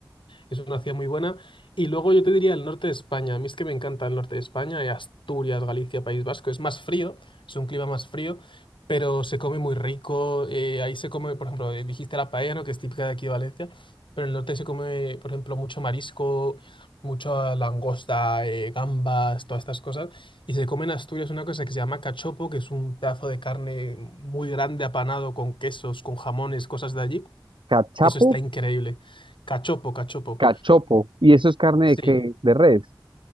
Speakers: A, on the left; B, on the right.
A: es una ciudad muy buena. Y luego yo te diría el norte de España. A mí es que me encanta el norte de España, eh, Asturias, Galicia, País Vasco. Es más frío, es un clima más frío, pero se come muy rico. eh, ahí se come, por ejemplo, eh, dijiste la paella, ¿no? Que es típica de aquí de Valencia. Pero en el norte se come, por ejemplo, mucho marisco, mucha langosta, eh, gambas, todas estas cosas. Y se come en Asturias una cosa que se llama cachopo, que es un pedazo de carne muy grande apanado con quesos, con jamones, cosas de allí.
B: Cachapo,
A: Eso está increíble. Cachopo, cachopo.
B: cachopo. ¿Y eso es carne
A: Sí,
B: de qué? De res.